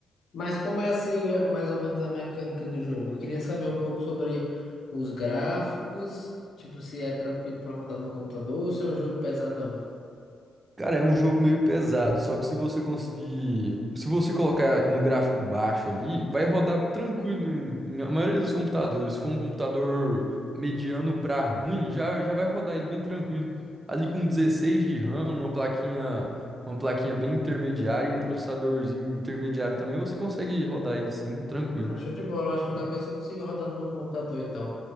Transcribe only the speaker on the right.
Cara, é um jogo meio pesado, só que se você conseguir. Se você colocar no gráfico baixo ali, vai rodar tranquilo em, em a maioria dos computadores. Se for um computador mediano pra ruim, já, já vai rodar ele bem tranquilo. Ali com 16 de RAM, uma plaquinha, uma plaquinha bem intermediária e um processadorzinho intermediário também, você consegue rodar ele sim, tranquilo.